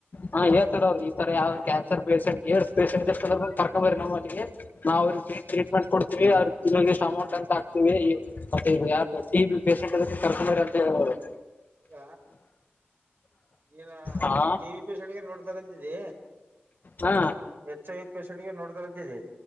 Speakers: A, on the left (about 45°); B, on the right (about 60°).
A: ಹಾ ಹೇತಾರ ಅವ್ರರು ಈ ತರ ಯಾವ್ದ ಕ್ಯಾನ್ಸರ್ ಪೇಷೆಂಟ್ ಏರ್ಸ್ ಪೇಷಂಟ್ ಎಷ್ಟ ಕರ್ಕೊಂಬರಿ ನಮ್ಮ ಅಲ್ಲಿಗೆ ನಾವವು ಅವ್ರಿಗೆ ಫೀಮೆಂಟ್ಡ್ತೀವಿ ಅವ್ರರು ತಿನ್ಳಗಿಷ್ಟ ಅಮೌಂಟ್ ಅಂತ ಹಕ್ತಿವಿ ಈ ಮತ್ತ ಯಾರ್ ಗೊ ಟ ಬಿ ಪೇಷಂಟ್ಕ್ಕೆ ಕರ್ಕೊಂಡಿ ಅಂತ ಅವರು
B: ಈಲ್ಲ ಈನ
A: ಹಾ
B: ಟಿ ವಿ ಪಿಷಗೆ ನೋಡ್ತಾರಂತಿದಿ
A: ಹಾ
B: ಹೆಚ್ ಐ ಪಷೆಂಟ್ಗೆ ನೋಡ್ತಾರಂತಿ